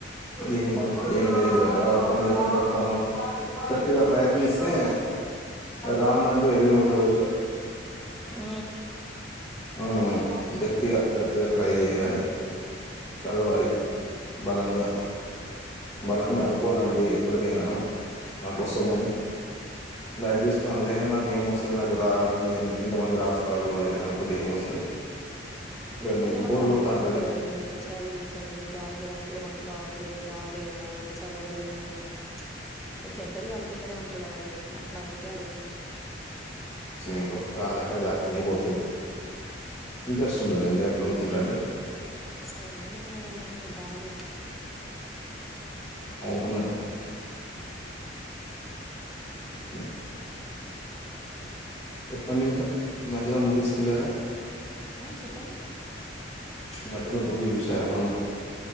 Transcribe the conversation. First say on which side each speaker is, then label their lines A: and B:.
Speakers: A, on the left; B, in the centre.
A: ఏంది మనకి ఏం లేదు గదా పని చేసైన్ బతాను గట్టిగా ప్రయత్నిస్తే రాందంటూ ఏది ఉండదు
B: ఊ
A: ఆహా గట్టిగ గట్టిగ ట్రై చెయ్యాలే చదవాలి బలంగా బలంగా అనుకోవాలండి ఎప్పటికైనా నాకు ఒస్తదని లై దీసుకో అదే నాకు ఏం ఒస్తది నాకు రాదు నేన్ ఇంతమంది రాస్తాలు అయితే నేను <unintelligible>
B: అంటే కొంతమంది
A: మీకు బోర్
B: అనుకుంటరు
A: కొడతా ఉంటుంది
B: కదండి చదివి చదివి, రాసి రాసి ఇగ మనకు రావట్లేదు. రేదేమో ఇగ చదవలేమేమో జన్రల్ గా అనుకుంటనే ఉన్ ట్టు గదండి అట్ల అందుకే అడిగిన
A: ఏమొ రాదంటే అది రా నేబోతది ఇంట్రెస్ట్ ఉండదండి అట్లా అనుకుంటాంటే.
B: అది గూడా నిజమే నండి మీరు బాగ చెప్పారు
A: అవునా <inaudible> చెప్పండి ఇంకా మధ్యలో మూవీస్కెళ్ళరా
B: ఉమ్ చెప్పండి
A: ఈ మధ్యలో మూవీ చూశారామెన్న